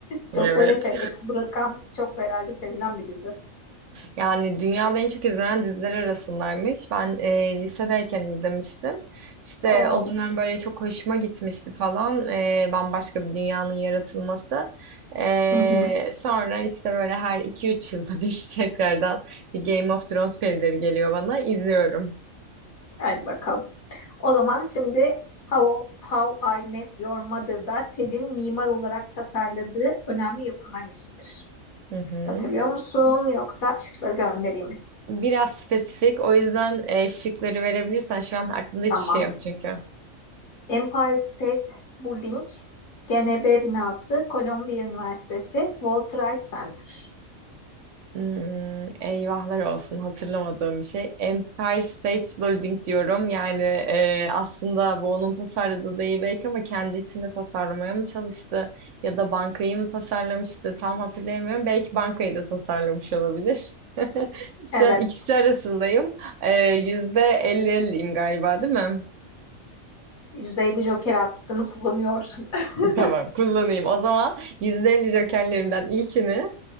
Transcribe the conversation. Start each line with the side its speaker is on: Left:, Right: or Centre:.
Left: Çok
Right: Evet.
Left: böyle şey etki bırakan çok herhalde sevilen bir dizi.
Right: Yani dünyada en çok izlenen diziler arasındaymış. Ben e, lisedeyken izlemiştim. İşte
Left: Oo.
Right: o dönem böyle çok hoşuma gitmişti falan. E, bambaşka bir dünyanın yaratılması. E,
Left: Hı hı.
Right: sonra işte böyle her iki üç yılda bir <laughs> tekrardan bir Game of Thrones perileri geliyor bana. İzliyorum.
Left: Hadi bakalım. O zaman şimdi How, How I Met Your Mother'da Ted'in mimar olarak tasarladığı önemli yapı hangisidir?
Right: Hı hı.
Left: Hatırlıyor musun yoksa şıkları göndereyim mi?
Right: Biraz spesifik. O yüzden e, şıkları verebilirsen şu an aklımda hiçbir
Left: Tamam.
Right: şey yok çünkü.
Left: Empire State Building, GNB binası, Columbia Üniversitesi, World Trade Center.
Right: Hmm, eyvahlar olsun hatırlamadığım bir şey. Empire State Building diyorum. Yani e, aslında bu onun tasarladığı değil belki ama kendi içinde tasarlamaya mı çalıştı ya da bankayı mı tasarlamıştı tam hatırlayamıyorum. Belki bankayı da tasarlamış olabilir. <laughs> Şu
Left: Evet.
Right: an ikisi arasındayım. E, yüzde elli elliyim galiba değil mi?
Left: %50 Joker hakkını kullanıyorsun. <laughs>
Right: <laughs> Tamam kullanayım. O zaman yüzde elli jokerlerimden ilkini